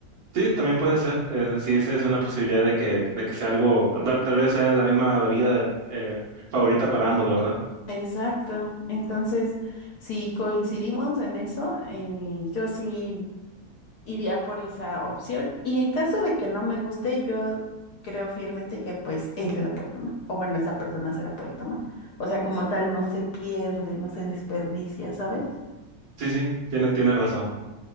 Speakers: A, on the right; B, on the left.
A: sí, también puede ser, eh, sí, esa es una posibilidad de que, de que sea algo, tal, tal vez sea la misma bebida eh, favorita para ambos, ¿verdad?
B: Exacto. Entonces, si coincidimos en eso, eh, yo sí iría por esa opción. Y en caso de que no me guste, yo creo fielmente que pues él se la puede tomar. O bueno, esa persona se la puede tomar. O sea, como tal, no se pierde, no se desperdicia, ¿sabes?
A: Sí, sí, tiene, tiene razón.